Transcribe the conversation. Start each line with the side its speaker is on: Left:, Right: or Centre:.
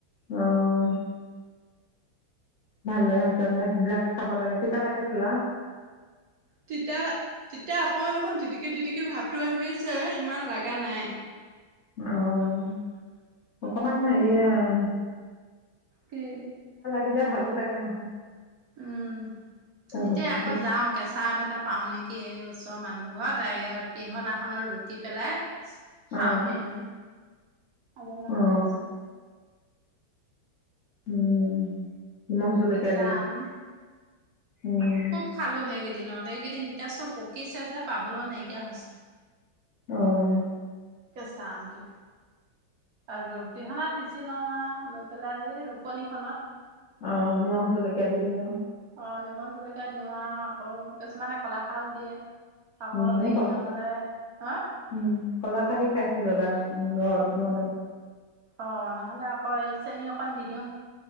Left: অঁ! ভালে হৈছে দে বিৰাট খাব লাগে, তিতা লাগিছিলে?
Right: তিতা তিতা অকন অকন টিটিকি টিটিকি ভাৱটো আহিছে । ইমান লগা নাই!
Left: অঁ! অকমান
Right: উম
Left: ন? এঁ।
Right: কি!
Left: দিলে ভালো লাগে নহয় ।
Right: উম এতিয়া
Left: বস্তুটো
Right: আকৌ যাও কেঁচা আম এটা পাও নেকি। কি ওচৰৰ মানুহ ঘৰত, পিহনাখনত ৰুকি পেলাই। খাও
Left: অ
Right: সি আনি। খাব মন
Left: অ
Right: গৈ আছে।
Left: উম। নিমখ জলকীয়া
Right: কেঁচা
Left: দি।
Right: আম।
Left: উম
Right: খুব খালো সেই কেইদিনত। এইকেইদিন এতিয়া চব পকিছে যে, পাবলৈ নাইকিয়া হৈছে।
Left: আহ।
Right: কচা আমটো। আৰু। দিহনাত পিচি লঙৱা অলপ <unintelligible> পেলাই এই ৰুপনি খনত
Left: অ, নিমখ জলকীয়া দি দি আউ।
Right: অ, নিমখ জলকীয়া দিওঁ আৰু আকৌ কিছুমানে কলাখাৰও দিয়ে। আকৌ
Left: উ এনেই
Right: হেৰি
Left: কল
Right: নহ'লে হা
Left: উম কলা খাৰ দি খাইছো। যাবা উ ঘৰত গৰ মাৰি
Right: অ নহলে আকৌ এই চেনী অকণ দি দিওঁ